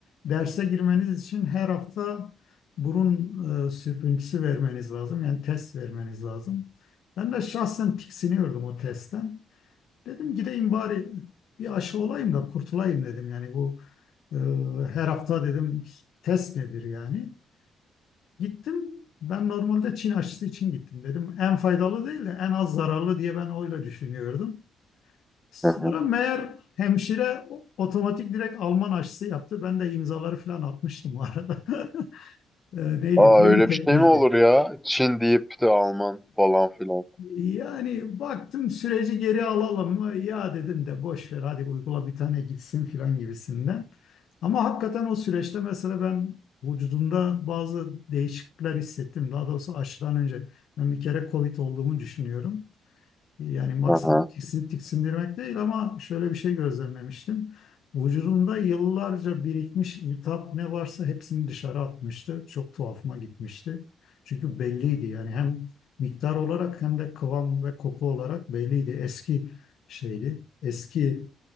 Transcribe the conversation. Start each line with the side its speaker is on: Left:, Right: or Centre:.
Left: derse girmeniz için her hafta burun e, sürtüntüsü vermeniz lazım. Yani test vermeniz lazım. Ben de şahsen tiksiniyordum o testten. Dedim gideyim bari bir aşı olayım da kurtulayım dedim. Yani bu e, her hafta dedim test nedir yani. Gittim. Ben normalde Çin aşısı için gittim dedim. En faydalı değil de en az zararlı diye ben öyle düşünüyordum. Sonra
Centre: Hı hı.
Left: meğer hemşire otomatik direkt Alman aşısı yaptı. Ben de imzaları falan atmıştım o arada. <laughs> Ee, neydi?
Centre: Aa
Left: Biontech
Centre: öyle bir şey
Left: miydi?
Centre: mi olur ya? Çin deyip de Alman falan filan.
Left: Yani baktım süreci geri alalım mı? Ya dedim de boş ver hadi uygula bir tane gitsin falan gibisinden. Ama hakikaten o süreçte mesela ben vücudumda bazı değişiklikler hissettim. Daha doğrusu aşıdan önce ben bir kere COVID olduğumu düşünüyorum. Yani maksadım
Centre: Hı hı.
Left: tiksin, tiksindirmek değil ama şöyle bir şey gözlemlemiştim. Vücudumda yıllarca birikmiş iltihap ne varsa hepsini dışarı atmıştı. Çok tuhafıma gitmişti. Çünkü belliydi yani hem miktar olarak hem de kıvam ve koku olarak belliydi. Eski şeydi, eski